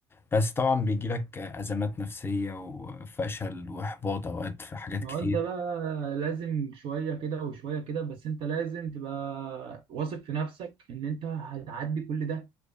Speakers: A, on the left; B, on the right.
A: بس طبعا بيجيلك أزمات نفسية وفشل وإحباط أوقات في حاجات
B: ما
A: كتير
B: هو انت بقى لازم شوية كده وشوية كده بس انت لازم تبقى واثق في نفسك ان انت هتعدي كل ده